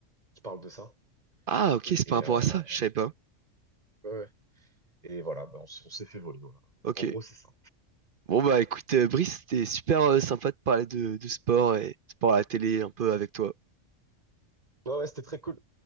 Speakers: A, on the right; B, on the right.
A: qui parle de ça.
B: Ah ok, c'est
A: Et,
B: par rapport
A: euh,
B: à ça. Je savais pas.
A: ouais, ouais. Et voilà, bah, on, s- on s'est fait voler. voilà.
B: Ok.
A: En gros, c'est ça.
B: Bon bah écoute, euh, Brice, c'était super euh, sympa de parler de, de sport et sport à la télé un peu avec toi.
A: Ouais, ouais, c'était très cool.